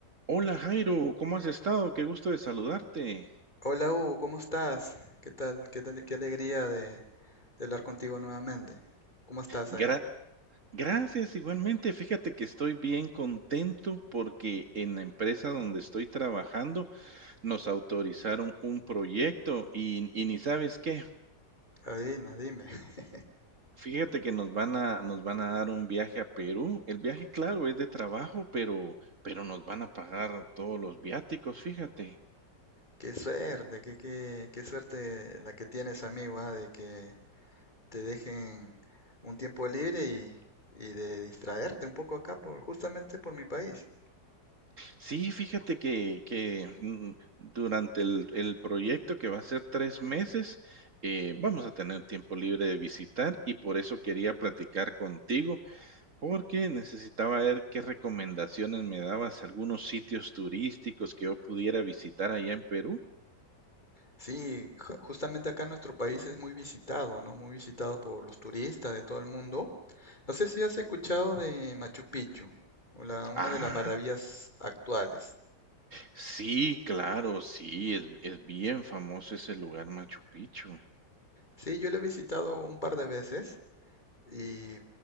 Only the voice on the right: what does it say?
Hola Jairo, ¿cómo has estado? Qué gusto de saludarte.
Gra-
Gracias, igualmente. Fíjate que estoy bien contento porque en la empresa donde estoy trabajando nos autorizaron un proyecto y, y ni sabes qué.
Fíjate que nos van a, nos van a dar un viaje a Perú. El viaje, claro, es de trabajo, pero, pero nos van a pagar todos los viáticos, fíjate.
Sí, fíjate que que, mm, durante el el proyecto, que va a ser 3 meses, eh, vamos a tener tiempo libre de visitar, y por eso quería platicar contigo, porque necesitaba ver qué recomendaciones me dabas, algunos sitios turísticos que yo pudiera visitar allá en Perú.
Ah,
sí, claro, sí, es es bien famoso ese lugar, Machu Picchu.